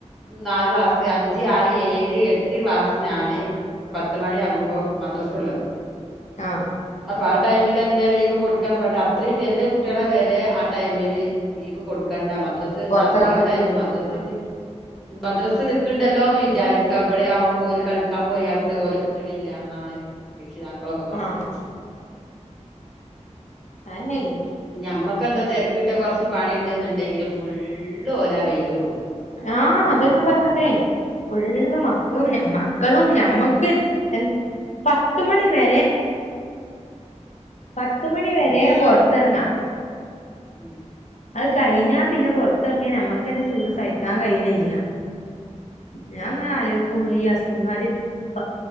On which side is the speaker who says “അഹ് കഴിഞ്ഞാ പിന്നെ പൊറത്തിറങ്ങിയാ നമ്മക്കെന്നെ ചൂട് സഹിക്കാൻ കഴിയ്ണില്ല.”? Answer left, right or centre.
Left